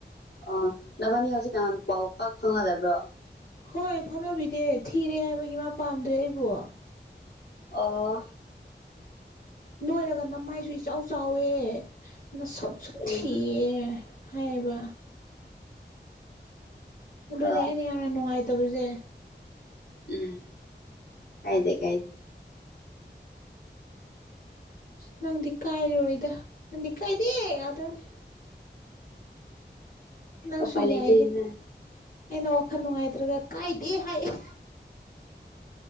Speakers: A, on the left; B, on the left.
A: ꯑꯣ ꯅꯚꯅꯤ ꯍꯧꯖꯤꯛ ꯀꯌꯥꯝ ꯄꯥꯎ ꯄꯥꯛ ꯐꯪꯅꯗꯕ꯭ꯔꯣ
B: ꯍꯣꯏ ꯐꯥꯎꯅꯕꯤꯗꯦ ꯊꯤꯔꯦ ꯍꯥꯏꯕꯒꯤ ꯃꯥ ꯄꯥꯝꯗ꯭ꯔꯦ ꯑꯩꯕꯣ
A: ꯑꯣ
B: ꯅꯣꯏꯔꯒ ꯅꯃꯥꯏꯁꯨ ꯏꯆꯥꯎ ꯆꯥꯎꯋꯦ ꯅ ꯁꯛꯁꯨ
A: ꯎꯝ
B: ꯊꯤꯑ ꯍꯥꯏꯌꯦꯕ ꯑꯗꯨꯅꯦ
A: ꯍꯣꯏ
B: ꯑꯩꯅ ꯌꯥꯝꯅ ꯅꯨꯡꯉꯥꯏꯇꯕꯁꯦ
A: ꯎꯝ ꯀꯥꯏꯗꯦ ꯀꯥꯏꯗꯦ
B: ꯅꯪꯗꯤ ꯀꯥꯏꯔꯔꯣꯏꯗ ꯅꯪꯗꯤ ꯀꯥꯏꯗꯦ ꯉꯥꯛꯇꯅꯦ꯫ ꯅꯪꯁꯨ
A: ꯎꯄꯥꯏ ꯂꯩꯇꯦꯅ
B: ꯌꯥꯏꯍꯦ ꯑꯩꯅ ꯋꯥꯈꯜ ꯅꯨꯡꯉꯥꯏꯇ꯭ꯔꯒ ꯀꯥꯏꯗꯦ ꯍꯥꯏꯑ